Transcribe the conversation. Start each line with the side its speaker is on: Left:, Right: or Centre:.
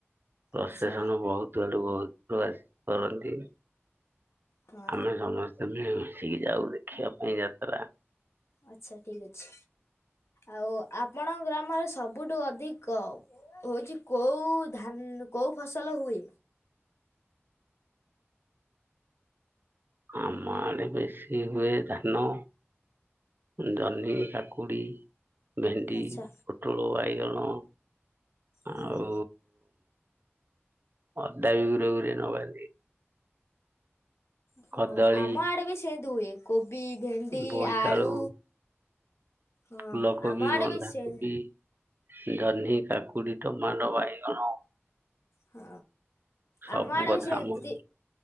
Right: ପ୍ରୋସେସନ
Left: ଆଚ୍ଛା
Right: ବହୁତ୍ ଆଡୁ ବହୁତ୍ ଆସି କରନ୍ତି
Left: ହଁ
Right: ଆମେ ସମସ୍ତେ ଆମେ ମସିକି ଯାଉ ଦେଖିବା ପାଇଁ ଯାତ୍ରା।
Left: ଆଚ୍ଛା ଠିକ୍ ଅଛି, ଆଉ ଆପଣଙ୍ ଗ୍ରାମରେ ସବୁଠୁ ଅଧିକ ହଉଛି କୋଉ ଧାନ୍ କୋଉ ଫସଲ ହୁଏ?
Right: ଆମ ଆଡେ ବେଶୀ ହୁଏ ଧାନ ଜହ୍ନି, କାକୁଡ଼ି, ଭେଣ୍ଡି,
Left: ଆଚ୍ଛା
Right: ପୋଟଳ, ବାଇଗଣ
Left: ହଁ।
Right: ଆଉ ଅଦା ବି ଉରେ ଉରେ ନବା
Left: ହଁ
Right: କଦଳୀ
Left: ଆମ ଆଡେ ବି ସେନ୍ତି ହୁଏ, କୋବି ଭେଣ୍ଡି,
Right: ବୋଇତାଳୁ
Left: ଆଳୁ, ହଁ
Right: ଫୁଲକୋବି
Left: ଆମ ଆଡେ
Right: ବନ୍ଧାକୋବି
Left: ବି ସେ
Right: ଜହ୍ନି, କାକୁଡି, ଟମାଣ୍ଡ, ବାଇଗଣ
Left: ହଁ
Right: ସବୁ
Left: ଆମ ଆଡ଼େ
Right: କଥା
Left: ବି
Right: ଆମ
Left: ସେନ୍ତି